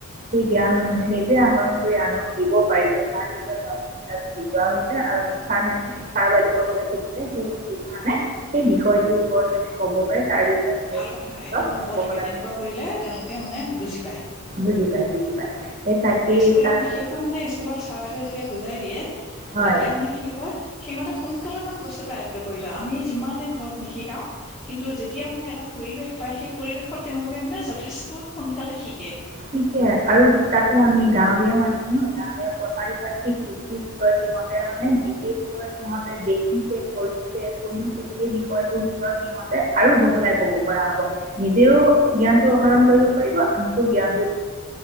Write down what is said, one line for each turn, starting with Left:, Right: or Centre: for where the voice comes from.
Right: সেই জ্ঞান মানে নিজে আহৰণ কৰি আনক দিব পাৰিব তাৰ বিষয়ে বুজোৱা হৈছে আৰুাৰ ছাৰ বাইদেউ সকলে সুজিলে সেই বস্তুটো মানে সেই বিষয়টোৰ ওপৰত যাতে ক'ব পাৰে তাৰ বিষয়ে সিহঁতক
Left: ভাল কথা এইটো হ'ব
Right: বহলাই
Left: লাগে তেনেকুৱা কৰিলে তেওঁলোকে মানে বুজি পায়।
Right: বুজি পায় বুজি পায় সেই তাকেই
Left: স্কুলত
Right: তাৰ
Left: বিশেষকৈ মানে স্কুলত চাৰ বাইদেউ যেতিয়া বুজি জাই দিয়ে
Right: হয়
Left: তেতিয়া মানে কি হয় সিহঁতে সু সোনকালে মানে বস্তুতটো আয়ত্ব কৰিল আমি যিমানে ঘৰত নিশিকাও কিন্তু যেতিয়া মানে এটা পৰিৱেশ পায় সেই পৰিৱেশত তেওঁলোকে মানে যথেষ্ট সোনকালে শিকে
Right: শিকে আৰু তাতে আমি গাঁৱলীয়া মানুহ গাঁৱলীয়া পাৰিপাৰ্শিকিৰ বিষয়ে সিহঁতে মানে বিশেষকৈ সিহঁতে দেখিছে কৰিছে শুনিছে এই বিষয়টোৰ ওপৰত সিহতে আৰু বহলাই কব পৰা হব নিজেও জ্ঞানতটো আহহৰণ কৰিব পাৰিব আনকো জ্ঞান জ্ঞান